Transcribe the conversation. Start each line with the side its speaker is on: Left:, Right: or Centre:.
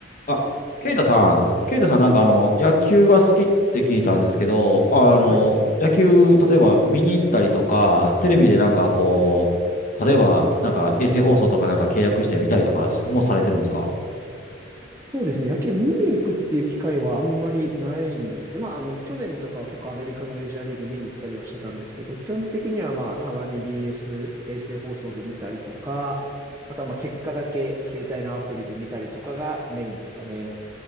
Left: あ、ケイタさん、ケイタさんなんかあの、
Right: はい
Left: 野球が好きって聞いたんですけど、あの、
Right: はい
Left: 野球、例えば見に行ったりとか、テレビでなんかこう、例えばなんか衛星放送とかなんか契約して見たりとかもされてるんですか
Right: そうですね。野球見に行くっていう機会はあんまりないんですけど、まあ、あの、去年とかは結構アメリカのメジャーリーグ見に行ったりはしてたんですけど、基本的にはまあ、たまに BS、衛星放送で見たりとか、あとはまあ、結果だけ携帯のアプリで見たりとかがメインですかね。